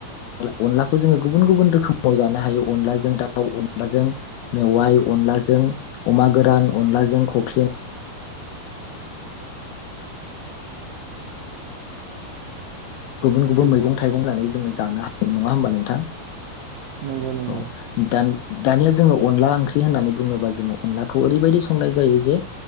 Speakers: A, on the left; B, on the right.
A: अनलाखौ जोङो गुबुन गुबुन रोखोमाव जानो हायो अनलाजों दाउ अनलाजों मेवाइ अनलाजों अमा गोरान अनलाजों खख्लिं गुबुन गुबुन
B: हेल
A: मैगं-थाइगं लानाय जोंङो जानो हायो नङा होमबा नोंथां
B: नंगौ नंगौ
A: औ दान दानिया जोङो अनला ओंख्रि होननानै बुङोबा जोङो अनलाखौ ओरैबायदि संनाय जायो जे